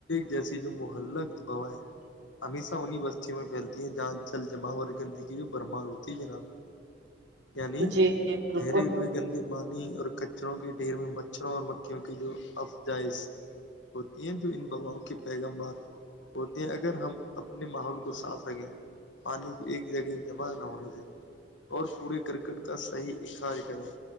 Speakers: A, on the left; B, on the right.
A: جیسی جو محلک وبایں ہمیشہ انہیں وس بچے میں پھیلتی ہیں جہاں جل جما ہوور گندگی جو برمار ہوتی ہے جناب یعنی
B: جی جی بالکل
A: ٹھہرے ہوئے گندے پانی اور کچروں کے ڈھیر میں مچھروں اور مکھیوں کی جو افجائز ہوتی ہیں جو ان وباؤں کے پیغم بار ہوتے ہیں اگر ہم اپنے ماحول کو صاف رکھے پانی کو ایک جگہ جمع نہ ہونے دے اور پورے کرکٹ کا صحیح اکھاج کا ہے